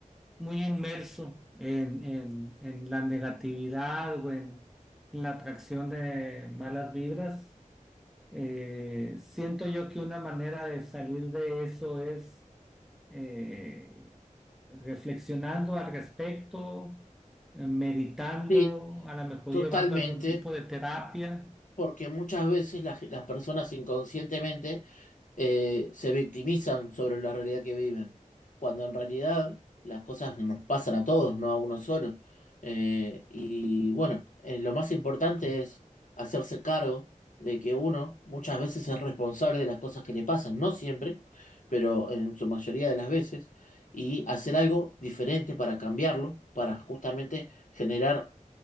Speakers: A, in the centre; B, on the left.
A: muy inmerso en, en- en la negatividad o en la atracción de malas vibras, eh, siento yo que una manera de salir de eso es eh, reflexionando al respecto, eh, meditando,
B: sí,
A: a lo mejor
B: totalmente,
A: llevando algún tipo de terapia.
B: porque muchas veces las, las personas inconscientemente eh, se victimizan sobre la realidad que viven, cuando en realidad las cosas nos pasan a todos, no a uno solo. Eh, y bueno, eh, lo más importante es hacerse cargo de que uno muchas veces es responsable de las cosas que le pasan, no siempre, pero en su mayoría de las veces, y hacer algo diferente para cambiarlo, para justamente generar